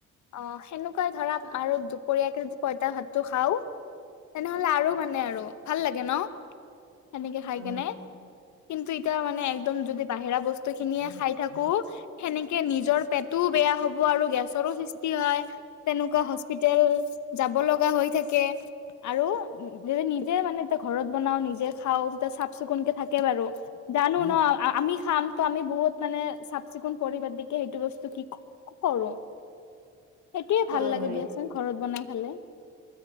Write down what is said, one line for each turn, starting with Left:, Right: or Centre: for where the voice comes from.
Left: অ সেনেকোৱাই ধৰা আৰু দুপৰীয়াকে যদি পঁইতা ভাতটো খাও তেনেহলে আৰু মানে আৰু ভাল লাগে ন সেনেকে খাই
Right: হয়।
Left: কেনে। কিন্তু এতিয়া মানে একদম যদি বাহিৰা বস্তু খিনিয়ে খাই থাকো সেনেকে নিজৰ পেটো বেয়া হ ব আৰু গেছৰো সৃষ্টি হয় তেনেকোৱা হস্পিতেল যাব লগা হৈ থাকে। আৰু যদি নিজে মানে এতিয়া ঘৰত বনাও নিজে খাও তেতিয়া চাফ চিকুণকে থাকে বাৰু। জানো ন আমি খাম ত আমি বহুত মানে চাফ চিকুণ পৰিপাটিকে সেইটো বস্তু কি- কৰো সেইটোয়ে
Right: হয়
Left: ভাল লাগে
Right: হয়।
Left: দিয়াচোন ঘৰত বনাই খালে।